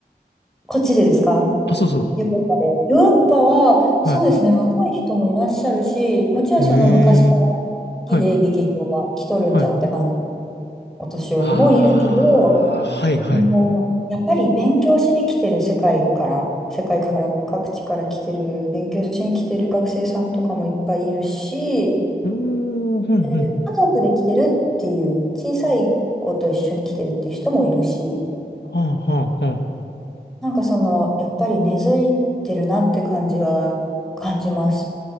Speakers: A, in the centre; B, on the left.
A: こっちでですか
B: あ、そうそう。
A: ヨーロッパで。ヨーロッパは、そうですね、
B: は
A: 若い人もいらっしゃるし、もちろんその昔から好きで劇場が来とるんじゃって感じ、
B: い。ええはい。はい
A: お年寄りもいるけど、
B: ああ、はいはい。
A: もう、やっぱり勉強しに来てる世界から、世界から各地から来てる、勉強しに来てる学生さんとかもいっぱいいるし、
B: うーん、ふんふん。
A: 家族で来てるっていう、小さい子と一緒に来てるっていう人もいるし、
B: はあはあはあ。
A: なんかその、やっぱり根付いてるなって感じは感じます。